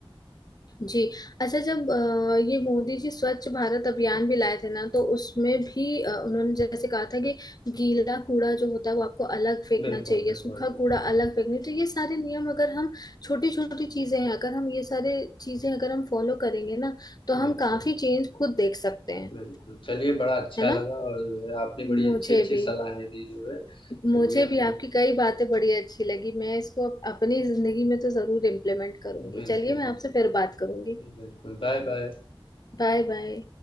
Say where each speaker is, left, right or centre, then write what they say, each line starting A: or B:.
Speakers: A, on the left; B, on the left.
A: जी अच्छा जब अ, ये मोदी जी स्वच्छ भारत अभियान भी लाए थे ना तो उसमें भी अ, उन्होंने जैसे कहा था कि गीला कूड़ा जो होता है वो आपको अलग फेंकना
B: बिल्कुल
A: चाहिए
B: बिल्कुल
A: सूखा
B: बिल्कुल
A: कूड़ा अलग फेंकना चाहिए तो ये सारे नियम अगर हम छोटी छोटी चीजें हैं अगर हम ये सारे चीजें अगर हम फॉलो करेंगे ना तो
B: बिल्कुल
A: हम काफी चेंज खुद देख सकते हैं
B: बिल्कुल चलिए बड़ा अच्छा
A: है ना
B: लगा और जो है, आपने
A: मुझे
B: बड़ी अच्छी अच्छी
A: भी
B: सलाहें दी जो है
A: मुझे
B: चलिए हम
A: भी
B: लोग
A: आपकी कई बातें बड़ी अच्छी लगी मैं इसको अप- अपनी जिंदगी में तो जरूर इम्प्लीमेंट करूंगी
B: बिल्कुल
A: चलिए मैं
B: बिल्कुल
A: आपसे फिर बात करूंगी
B: बिल्कुल बाय बाय
A: Bye bye